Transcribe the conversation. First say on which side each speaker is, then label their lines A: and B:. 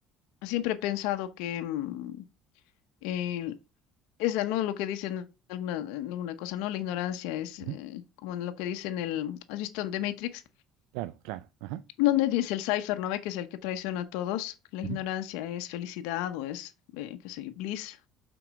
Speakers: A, on the left (about 85°); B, on the right (about 80°).
A: siempre he pensado que mm, el- esa no es lo que dicen en alguna, en alguna cosa, no, la ignorancia es eh,
B: uh -huh,
A: como en lo que dicen el, ¿has visto en The Matrix?
B: claro, claro, ajá,
A: Donde dice el Cypher, ¿no ve? Que es el que traiciona a todos, que la ignorancia
B: uh-huh,
A: es felicidad o es, eh, qué sé yo, bliss.